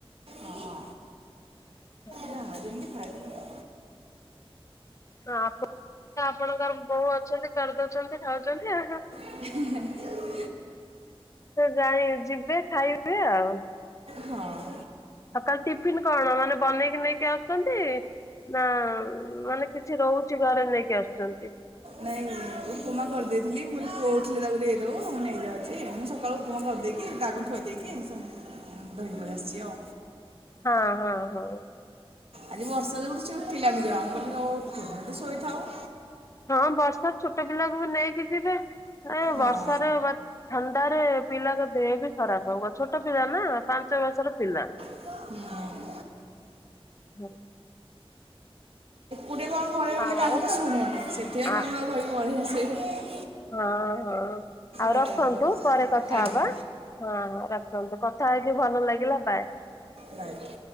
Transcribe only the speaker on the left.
<inaudible>
ହଁ ଆପ ଆପଣଙ୍କର ବୋଉ ଅଛନ୍ତି କରିଦଉଛନ୍ତି ଖାଉଛନ୍ତି ଆଉ।
ଯାଇଁ ଯିବେ ଖାଇବେ ଆଉ।
ଆଉ ସକାଳୁ ଟିଫିନ କଣ ମାନେ ବନେଇକି ନେଇକି ଆସୁଛନ୍ତି। ନା ମାନେ କିଛି ରହୁଛି ଘରେ ନେଇକି ଆସୁଛନ୍ତି।
ହଁ ହଁ ହଁ।
ହଁ ବର୍ଷା ଛୋଟ ପିଲାକୁ ବି ନେଇକି ଯିବେ ଏ
ବର୍ଷାରେ ବା ଥଣ୍ଡାରେ ପିଲାଙ୍କ ଦେହ ବି ଖରାପ ହବ ଛୋଟ ପିଲା ନା ପାଞ୍ଚ ବର୍ଷର ପିଲା।
<inaudible>
ଆଉ
ଆ
ହଁ ହଁ ଆଉ
ରଖନ୍ତୁ
ପରେ କଥା
ହବା ହଁ ହଁ ରଖ ନ୍ତୁ କଥା ହେଇକି ଭଲ ଲାଗିଲା ବାଏ।